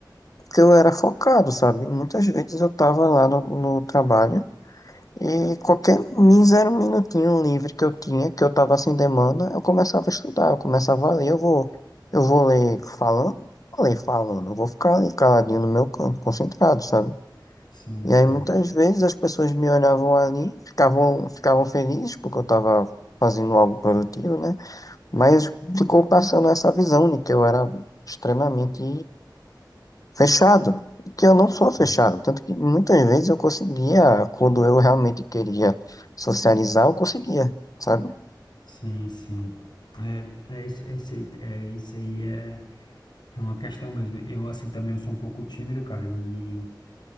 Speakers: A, on the left; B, on the left.
A: Porque eu era focado, sabe? Muitas vezes eu tava lá no, no trabalho E qualquer mísero minutinho livre que eu tinha, que eu tava sem demanda, eu começava a estudar, eu começava a ler, eu vou, eu vou ler falando, vou ler falando, eu vou ficar ali caladinho no meu canto, concentrado, sabe?
B: sim,
A: E
B: sim,
A: aí muitas vezes as pessoas me olhavam ali, ficavam, ficavam felizes porque eu tava fazendo algo produtivo, né? Mas ficou passando essa visão de que eu era extremamente Fechado, que eu não sou
B: sim,
A: fechado, tanto que muitas vezes eu conseguia, quando eu realmente queria socializar, eu conseguia, sabe?
B: sim, sim. É, é, isso, é isso aí, é, isso aí é, é uma questão mesmo. Eu, assim, também eu sou um pouco tímido, cara, e,